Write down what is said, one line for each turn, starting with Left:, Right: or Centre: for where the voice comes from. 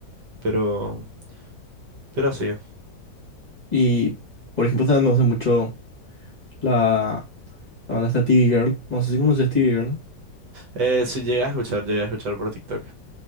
Right: Pero, pero así.
Left: Y, por ejemplo, también me gusta mucho la... La banda está TV Girl. No sé si conoces TV Girl, ¿no?
Right: Eh, sí, llegué a escuchar, llegué a escuchar por TikTok.